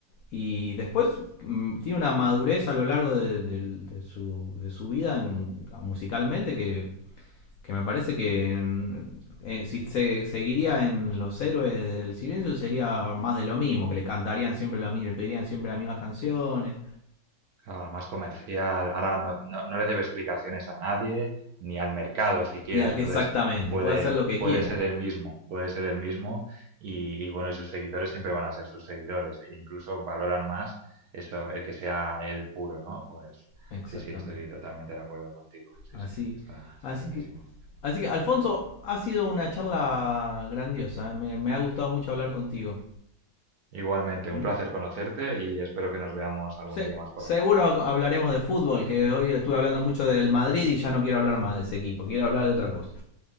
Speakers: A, on the left; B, on the right.
A: y después mm, tiene una madurez a lo largo de, de- de su, de su vida en- musicalmente que que me parece que en- eh, si se seguiría en los héroes del silencio sería más de lo mismo, que le cantarían siempre lo mismo, le pedirían siempre las mismas canciones.
B: Claro, más comercial. Ahora no, no- no le debe explicaciones a nadie, ni al mercado siquiera.
A: Y al que
B: Entonces
A: exactamente,
B: puede,
A: puede hacer lo que
B: puede
A: quiera.
B: ser el mismo, puede ser el mismo. Y, y bueno, y sus seguidores siempre van a ser sus seguidores. e incluso valoran más eso, el que sea él puro, ¿no? Pues
A: Exactamente.
B: sí, sí, estoy totalmente de acuerdo contigo. Sí,
A: Así,
B: sí, está, está
A: así
B: clarísimo.
A: que, así que Alfonso, ha sido una charla grandiosa. ¿eh? Me, me ha gustado mucho hablar contigo.
B: Igualmente,
A: ¿Mm?
B: un placer conocerte y espero que nos veamos algún
A: Se-
B: día más por
A: seguro
B: aquí.
A: hablaremos de fútbol, que hoy estuve hablando mucho del Madrid y ya no quiero hablar más de ese equipo, quiero hablar de otra cosa.